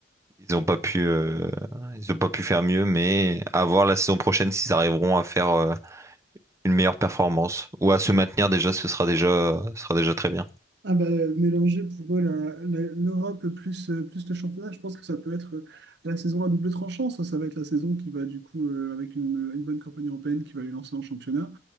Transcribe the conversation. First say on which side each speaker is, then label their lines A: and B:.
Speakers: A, on the right; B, on the right.
A: ils ont pas pu euh, ils ont pas pu faire mieux. Mais à voir la saison prochaine s'ils arriveront à faire euh, une meilleure performance ou à se maintenir déjà, ce sera déjà ce sera déjà très bien.
B: Ah bah, mélanger pour eux la- la- l'Europe plus, euh, plus le championnat, je pense que ça peut être euh, la saison à double tranchant. Ça, ça va être la saison qui va du coup, euh, avec une, une bonne campagne européenne, qui va les lancer en championnat.